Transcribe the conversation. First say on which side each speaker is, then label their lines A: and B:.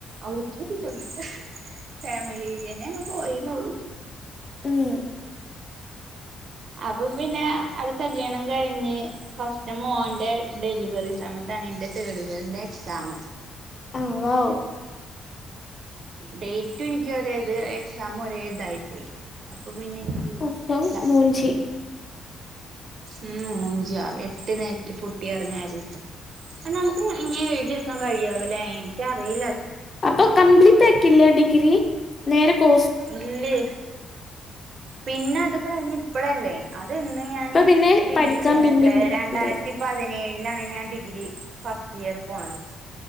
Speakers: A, on the right (about 60°); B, on the left (about 35°).
A: ഒളിച്ചോടിട്ടൊന്നുല്ല ഫാമിലിന്നെ അങ്ങ് പോയെന്നുള്ളു
B: ഉം
A: അപ്പൊ പിന്നെ അത് കല്യാണം കഴിഞ്ഞ് ഫസ്റ്റ് മോന്റെ ഡെലിവറി സമയ ത്താണിന്റെ തേടിയറിന്റെ എക്സാം
B: ആഹ് വൗ
A: ഡൈറ്റു എനിക്ക് ഒരേ ഇത് എക്സാം ഒരേ ഇതായിപ്പോയി അപ്പൊ പിന്നെ എനിക്ക്
B: അപ്പം
A: ഇല്ല
B: മൂഞ്ചി
A: ഉം മൂഞ്ചിയ എട്ട് നെലേല് പൊട്ടി പറഞ്ഞാല് അ നമുക്ക് ഇങ്ങനെ എഴുതിയെടുക്കാൻ കഴിയാവൊല്ലെ എനിക്കറി
B: അപ്പൊ കംപ്ലീറ്റ് ആക്കില്ല ഡിഗ്രി നേരെ കൊ
A: ഇല്ല പിന്നെ അത് കഴിഞ്ഞ് ഇപ്പഴല്ലേ അ ആത് ഇന്ന് ഞാന്
B: ഇപ്പൊ പിന്നെ
A: ഡിഗ്രി
B: പഠിക്കാൻ
A: ചെയ്യണ
B: പിന്നിം
A: എത്രയാ രണ്ടായിരത്തി
B: ഇതായി
A: പതിനേഴി ലാണ് ഞാൻ ഡിഗ്രി ഫസ്റ്റ് ഇയർ പോണത്.